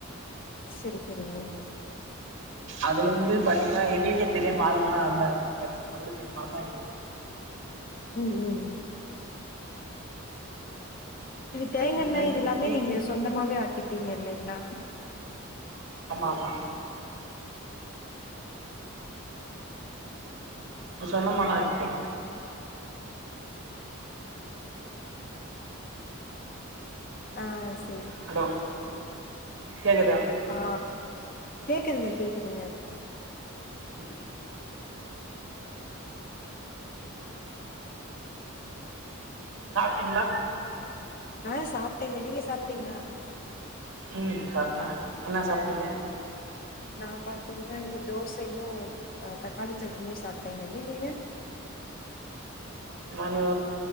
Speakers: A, on the left; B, on the right.
A: செரி செரிங்க
B: அதுலந்து பாத்தீங்கினா எங்குளுக்கே தெரியாம ஆளுங்கெல்லா அந்து அறுத்துட் போயர்றாங்க அவ்ளோ பெரிய மரமா ஆயிடுகுது
A: ம் ம் ம் இதுத் தேங்கண்ணெ
B: இப்ப
A: இது எல்லாமே
B: நீ
A: நீங்க சொந்தமாவே ஆட்டிப்பீங்க இல்லங்ளா
B: அம்மா அம்மா சொன்னமானா இக்கு
A: ஆச்
B: ஹலோ கேக்குதா
A: ஆ கேக்குதுங்க கேக்குதுங்க
B: ம் சாப்ட்டீங்ளா
A: ஆ சாப்டேங்க நீங்க சாப்டீங்ளா
B: ம் சாப்ட்டேக என்னா சாப்ட்டீங்க
A: நா பாத்தீங்னா இந்த தோசையு அ தக்காளிச் சட்னியு சாப்ட்டேங்க நீங்கங்க
B: நாங்கோ